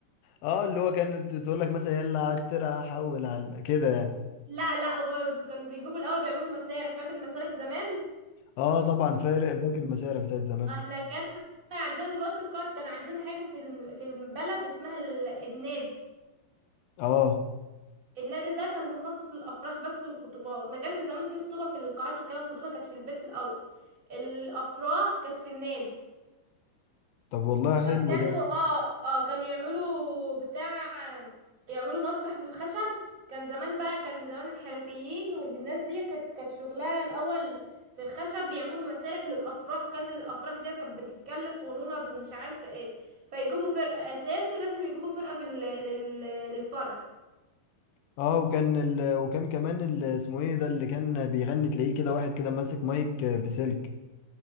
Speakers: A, on the left; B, on the right.
A: اه اللي هو كانت تقول لك مثلا يلا عترة حول على الم- كده يعني
B: لا لا برضو كانوا بيجيبوا الاول بيعملوا مسارح فاكر المسارح زمان
A: اه طبعا فارق فاكر المسارح بتاعت زمان
B: احنا كان عندنا دلوقتي القاعد كان عندنا حاجة في الم- في البلد اسمها ال- النادي
A: اه
B: النادي ده كان مخصص للأفراح بس والخطوبات ما كانش زمان في خطوبة في القاعات والكلام الخطوبة كانت في البيت الأول الأفراح كانت في النادي
A: طب والله حلو
B: كانوا
A: ده
B: اه اه كانوا يعملوا بتاع يعملوا مسرح من الخشب كان زمان بقى كان زمان الحرفيين والناس دي كانت كانت شغلها الاول في الخشب يعملوا مسارح للافراح وكان الافراح دي كانت بتتكلف ونند ومش عارفه ايه فيجيبوا فرقه اساسي لازم يجيبوا فرقه في ال- لل- للفرح
A: اه وكان ال... وكان كمان ال... اسمه ايه ده اللي كان بيغني تلاقيه كده واحد كده ماسك مايك بسلك